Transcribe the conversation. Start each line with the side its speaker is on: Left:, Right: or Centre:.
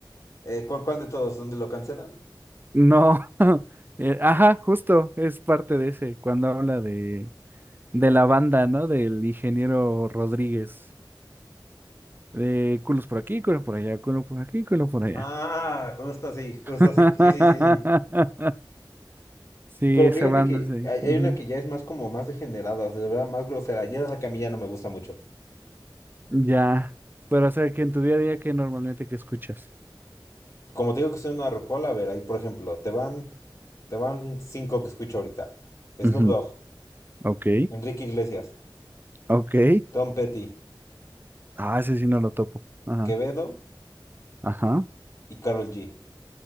Left: Eh, ¿cuál, cuál de todos? ¿Dónde lo cancelan?
Right: No, <laughs> eh, ajá, justo es parte de ese, cuando habla de, de la banda, ¿no? Del ingeniero Rodríguez, de culos por aquí, culo por allá, culo por aquí, culo por allá.
Left: Ah, justo así, justo
Right: <laughs>
Left: así. Sí, sí, sí, sí.
Right: Sí,
Left: Pero
Right: esa
Left: Sí, fíjate
Right: banda,
Left: que
Right: sí.
Left: hay,
Right: ujú.
Left: hay una que ya es más como más degenerada, o sea, de verdad más grosera. Ya esa es la que a mí ya no me gusta mucho.
Right: Ya, pero o sea, que en tu día a día, qué normalmente que escuchas?
Left: Como te digo que soy una rocola, a ver, ahí por ejemplo, te van, te van cinco que escucho ahorita. Snoop
Right: Ujú,
Left: Dogg,
Right: Ok,
Left: Enrique Iglesias,
Right: ok.
Left: Tom Petty,
Right: Ah, ese sí no lo topo. Ajá,
Left: Quevedo
Right: ajá.
Left: y Karol G.